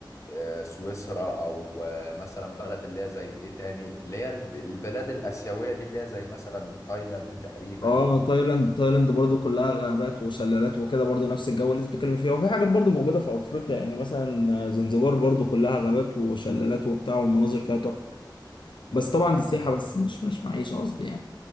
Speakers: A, on the left; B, on the left.
A: آه، سويسرا او آه، مثلا بلد اللي هي زي ايه تاني اللي هي الب- البلاد الاسيويه دي اللي هي زي مثلا تايلاند تقريبا
B: اه
A: او
B: تايلاند تايلاند برضو كلها غابات وشلالات وكده برضو نفس الجو اللي انت بتتكلم فيه وفي حاجات برضو موجوده في افريقيا يعني مثلا زنزبار برضو كلها غابات وشلالات وبتاع والمناظر فيها تحفه بس طبعا
A: انا
B: دي سياحه
A: فاهم
B: بس مش مش معيشه قصدي يعني